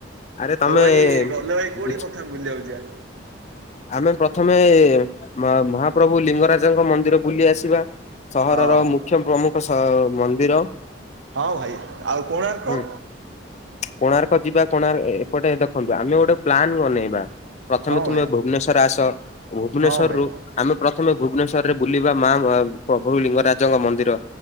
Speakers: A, on the left; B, on the right.
A: ଆରେ
B: ହଉ
A: ତମେ
B: ଭାଇ ଗଲେ ଭାଇ କେଉଠି
A: ବୁଝ
B: ପ୍ରଥମେ ବୁଲିବାକୁ ଯିବା।
A: ଆମେ ପ୍ରଥମେ ମହାପ୍ରଭୁ ଲିଙ୍ଗରାଜଙ୍କ ମନ୍ଦିର ବୁଲି ଆସିବା। ସହରର
B: ହଁ
A: ମୁଖ୍ୟ ପ୍ରମୁଖ ସ ମନ୍ଦିର।
B: ହଁ ଭାଇ ଆଉ କୋଣାର୍କ।
A: ହୁଁ। କୋଣାର୍କ ଯିବା କୋଣାର୍କ ଏପଟେ ଦେଖନ୍ତୁ ଆମେ ଗୋଟେ ପ୍ଲାନ ବନେଇବା। ପ୍ରଥମେ
B: ହଁ
A: ତୁମେ
B: ଭାଇ
A: ଭୁବନେଶ୍ଵର ଆସ ଭୁବନେଶ୍ର
B: ହଁ ଭାଇ
A: ରୁ ଆମେ ପ୍ରଥମେ ଭୁବନେଶ୍ଵ ରେ ବୁଲିବା ମା ପ୍ରଭୁ ଲିଙ୍ଗରାଜଙ୍କ ମନ୍ଦିର